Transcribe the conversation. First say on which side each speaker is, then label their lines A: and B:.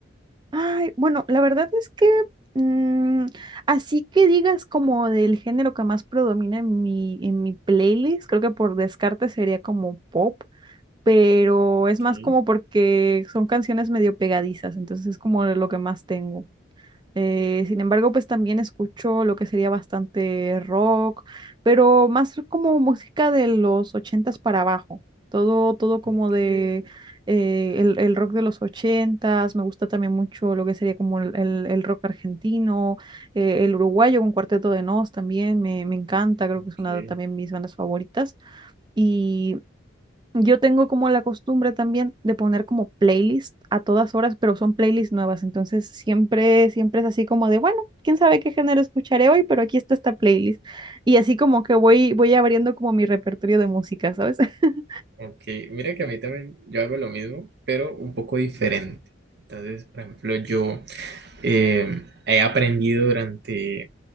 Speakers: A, on the right; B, on the right.
A: Ay, bueno, la verdad es que mm, así que digas como del género que más predomina en mi, en mi playlist, creo que por descarte sería como pop, pero
B: Ok,
A: es más como porque son canciones medio pegadizas, entonces es como de lo que más tengo. Eh, sin embargo, pues también escucho lo que sería bastante rock, pero más como música de los ochentas para abajo. Todo, todo como
B: ok,
A: de eh, el, el rock de los ochentas. Me gusta también mucho lo que sería como el, el- el rock argentino, eh, el uruguayo con Cuarteto de Nos también me, me encanta. Creo
B: ok,
A: que es una de también mis bandas favoritas. Y yo tengo como la costumbre también de poner como playlist a todas horas, pero son playlists nuevas, entonces siempre, siempre es así como de, bueno, quién sabe qué género escucharé hoy, pero aquí está esta playlist. Y así como que voy, voy abriendo como mi repertorio de música, ¿sabes? <laughs>
B: ok. Mira que a mí también yo hago lo mismo, pero un poco diferente. Entonces, por ejemplo, yo eh, he aprendido durante